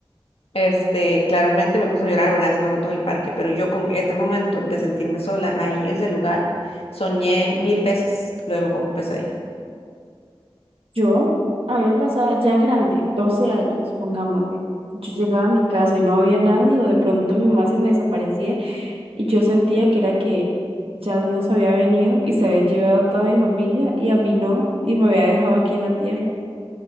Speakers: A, on the left; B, on the right.
A: Este, claramente me puse a llorar, ¿verdad? En ese momento en el parque, pero yo con este momento de sentirme sola ahí en ese lugar, soñé mil veces, luego como pesadilla.
B: Yo, a mí me pasaba ya grande, 12 años, pongámosle. Yo llegaba a mi casa y no había nadie, o de pronto mi mamá se me desaparecía y yo sentía que era que ya Dios había venido y se había llevado a toda mi familia y a mí no, y me había dejado aquí en la tierra.